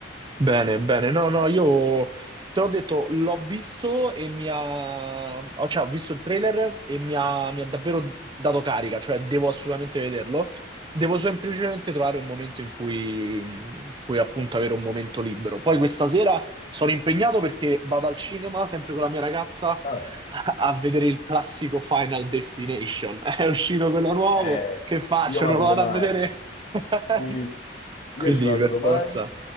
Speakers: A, on the right; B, on the left.
A: Bene, bene. No, no, io te l'ho detto, l'ho visto e mi ha... oh, cioè, ho visto il trailer e mi ha, mi ha davvero dato carica, cioè devo assolutamente vederlo. Devo semplicemente trovare un momento in cui, in cui appunto avere un momento libero. Poi questa sera sono impegnato perché vado al cinema sempre con la mia ragazza
B: Ah,
A: a, a vedere il classico Final Destination. <laughs> È uscito quello nuovo,
B: eh,
A: che faccio?
B: io vado
A: Non lo vado
B: domani.
A: a vedere? <laughs>
B: Sì, io
A: Quindi
B: ci vado
A: per
B: domani,
A: forza.